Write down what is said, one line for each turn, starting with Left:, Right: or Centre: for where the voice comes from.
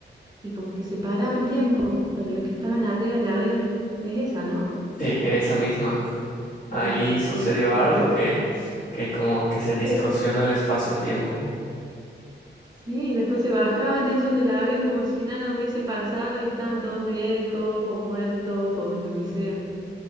Right: y como que se paraba el tiempo para los que estaban arriba del avión. Es esa, ¿no?
Left: Sí, esa misma. Ahí
Right: <laughs>
Left: sucedió
Right: De-
Left: algo que, que como que se
Right: de-
Left: distorsionó el espacio-tiempo.
Right: sí, después se bajaban ellos del avión como si nada hubiese pasado y estaban todos viejos o muertos o lo que sea.